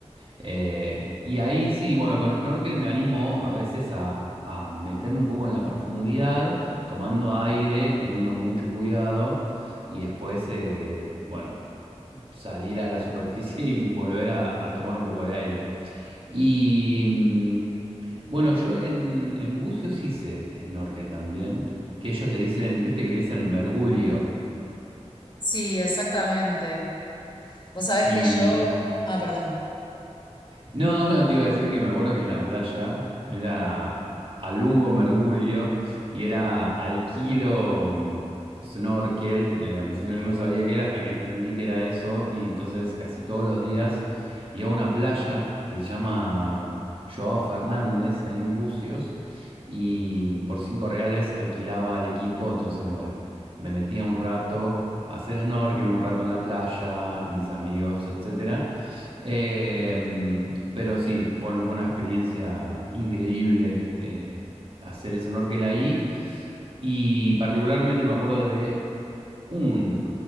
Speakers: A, on the right; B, on the left.
A: eh, y ahí sí, bueno, con snorkel me animo a veces a, a meterme un poco en la profundidad, tomando aire y teniendo mucho cuidado, y después, eh, bueno salir a la superficie y volver a, a tomar un poco de aire. Y mm, bueno, yo en, en bucios hice snorkel también, que ellos le dicen, viste que le dicen mergulio.
B: Sí, exactamente. Vos sabés
A: Y
B: que yo...
A: me,
B: Ah, perdón.
A: No, no, te iba a decir que me acuerdo que en la playa era a Lugo Mergulio y era al kilo mm, snorkel. Eh, al principio yo no sabía qué era hasta que entendí que era eso y entonces casi todos los días iba a una playa que se llama Joao Fernández, ahí en Bucios, y por cinco reales alquilaba al equipo, entonces bueno, me metía un rato a hacer snorkel, un rato en la playa con mis amigos, etcétera. Eh, mm, pero sí, fue, fue una experiencia increíble eh, hacer ese snorkel ahí. Y particularmente me acuerdo de un